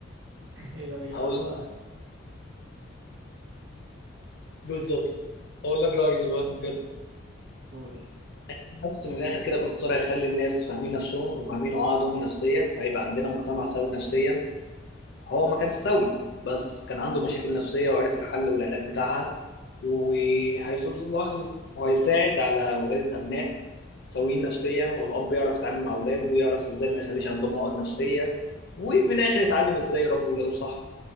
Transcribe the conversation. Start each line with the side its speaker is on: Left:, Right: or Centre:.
Right: <laughs> إيه ده اليابان
Left: هقول بالظبط اقول لك رأيي دلوقتي بجد
Right: قول
Left: بس من الاخر كده باختصار هيخلي الناس فاهمين نفسهم وفاهمين عقدهم النفسية فهيبقى عندنا مجتمع سوي نفسيا هو ما كانش سوي بس كان عنده مشاكل نفسية وعرف الحل والعلاج بتاعها وهيلاحظ وهيساعد على ولادة أبناء سويين نفسيا والأب يعرف يتعامل مع ولاده ويعرف إزاي ما يخليش عندهم عقد نفسية ومن الآخر يتعلم إزاي يربي ولاده صح